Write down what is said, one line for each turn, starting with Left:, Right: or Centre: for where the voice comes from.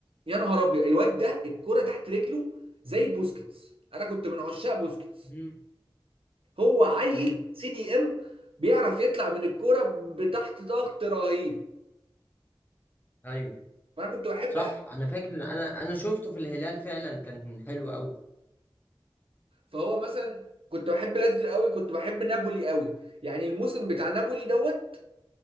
Right: يا نهار ابيض الواد ده الكرة تحت رجله زي بوسكيتس انا كنت من عشاق بوسكيتس
Left: امم
Right: هو عيل
Left: امم
Right: سي دي ام بيعرف يطلع من الكرة بتحت ضغط رهيب
Left: ايوه
Right: فانا كنت بحب
Left: صح
Right: أوي.
Left: انا فاكر ان انا انا شفته في الهلال فعلا كان حلو قوي
Right: فهو مثلا كنت بحب لاتسيو قوي كنت بحب نابولي قوي يعني الموسم بتاع نابولي دوت